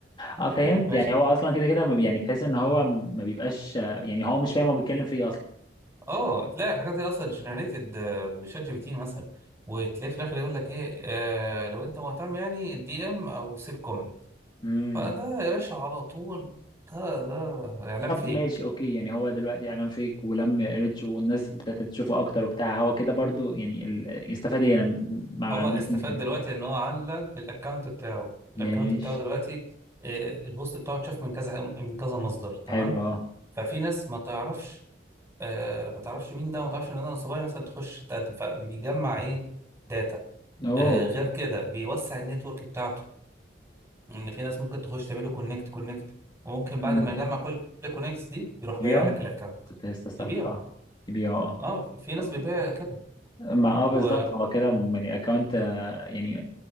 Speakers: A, on the left; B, on the right.
A: اه فهمت
B: <laughs> ماشي
A: يعني هو اصلا كده كده ما بي- يعني تحس ان هو ما بيبقاش يعني هو مش فاهم هو بيتكلم في ايه اصلا
B: اه تلاقي الحاجات دي اصلا جنريتد بشات جي بي تي مثلا وتلاقي في الاخر يقول لك ايه آه لو انت مهتم يعني دي ام او سيب كومنت
A: امم
B: فده يا باشا على طول ده ده اعلان
A: طب
B: فيك
A: ماشي اوكي يعني هو دلوقتي اعلان فيك ولم ريتش والناس ابتدت تشوفه اكتر وبتاع هو كده برضو يعني ال... يستفاد ايه انا م- ما
B: هو
A: عنديش
B: استفاد
A: لينكدين
B: دلوقتي ان هو علّى الاكونت بتاعه الاكونت
A: ماشي
B: بتاعه دلوقتي آه، البوست بتاعه اتشاف من كذا من كذا مصدر تمام
A: حلو اه
B: ففي ناس ما تعرفش آه، ما تعرفش مين ده ما تعرفش ان انا صبايا مثلا تخش تقدم فبيجمع ايه داتا
A: اوه
B: آه، غير كده بيوسع النتورك بتاعته ان في ناس ممكن تخش تعمله كونكت كونكت وممكن بعد
A: أمم.
B: ما يجمع كل الكونكتس دي يروح
A: يبيعه
B: بايع لك الاكونت
A: كنت لسه اسالك
B: يبيعه
A: اه يبيعه
B: اه في ناس
A: اه
B: بتبيع كده
A: ما اه
B: و
A: بالظبط هو كده يعني اكونت يعني